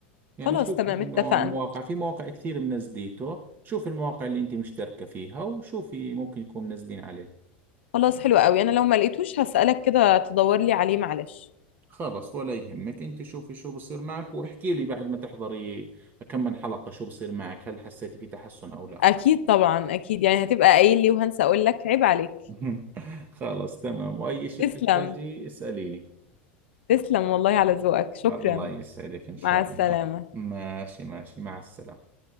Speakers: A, on the right; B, on the left.
A: يعني
B: خلاص
A: شوفي
B: تمام
A: أنه
B: اتفقنا
A: المواقع في مواقع كثير منزليته شوفي المواقع اللي أنت مشتركة فيها وشوفي ممكن يكون منزلين عليه
B: خلاص حلو قوي انا لو ما لقيتوش هسألك كده تدور لي عليه معلش
A: خلص ولا يهمك أنت شوفي شو بصير معك واحكي لي بعد ما تحضري كم من حلقة شو بصير معك هل حسيتي في تحسن أو لا
B: اكيد طبعا اكيد يعني هتبقى قايل لي وهنسى اقول لك عيب عليك
A: <laughs> خلص تمام وأي شيء
B: تسلم
A: بتحتاجي اسأليني
B: تسلم والله على ذوقك شكرا
A: الله يسعدك إن شاء
B: مع السلامة
A: الله ماشي ماشي مع السلامة